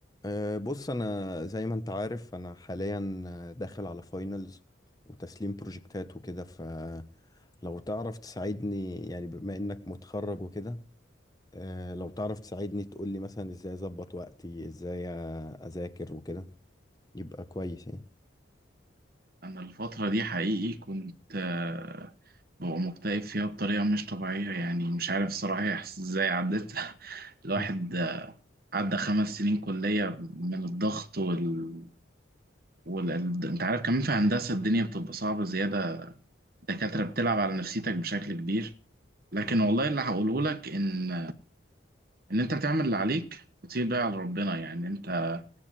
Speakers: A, on the left; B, on the right.
A: أه بص انا زي ما انت عارف انا حاليا آه، داخل على فاينلز وتسليم بروجكتات وكده فلو تعرف تساعدني يعني بما انك متخرج وكده أه لو تعرف تساعدني تقولي مثلا ازاي اظبط وقتي ازاي اذاكر وكده يبقى كويس يعني
B: أنا الفترة دي حقيقي كنت آه، ببقى مكتئب فيها بطريقة مش طبيعية يعني مش عارف الصراحة هي إحس- إزاي عدت <laughs> الواحد
A: مم.
B: آه، عدى خمس سنين كلية من الضغط وال... وال... أنت عارف كمان في هندسة الدنيا بتبقى صعبة زيادة الدكاترة بتلعب على نفسيتك بشكل كبير لكن
A: آه.
B: والله اللي هقوله لك إن إن أنت بتعمل اللي عليك وتسيب بقى على ربنا يعني أنت